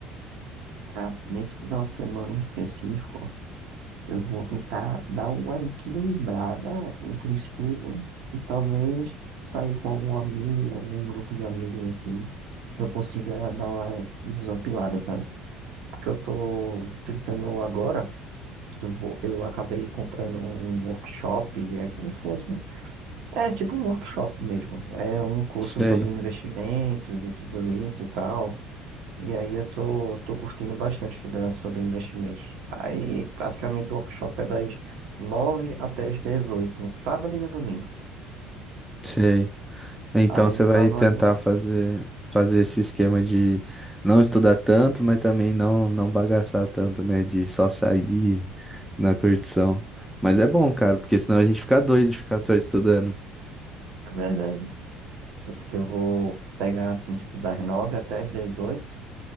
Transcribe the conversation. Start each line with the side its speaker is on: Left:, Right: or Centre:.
Right: Cara, nesse final de semana em específico, eu vou tentar dar uma equilibrada entre estudo e talvez sair com algum amigo, algum grupo de amigos assim, que eu consiga dar uma desopilada, sabe? Porque eu tô tentando agora. Eu vou- eu acabei comprando um workshop, é como se fosse um, é tipo um workshop mesmo. É um curso
Centre: Sei,
Right: sobre investimentos e tudo isso e tal. E aí eu tô, tô curtindo bastante estudar sobre investimentos. Aí praticamente o workshop é das 9 até as 18 no sábado e no domingo.
Centre: sei. Então
Right: Aí
Centre: você
Right: no
Centre: vai
Right: final do
Centre: tentar
Right: ano,
Centre: fazer fazer esse esquema de não estudar tanto, mas também não não bagaçar tanto, né? De só sair na curtição. Mas é bom, cara, porque senão a gente fica doido de ficar só estudando,
Right: é verdade. Tanto que eu vou pegar assim, tipo, das 9 até as 18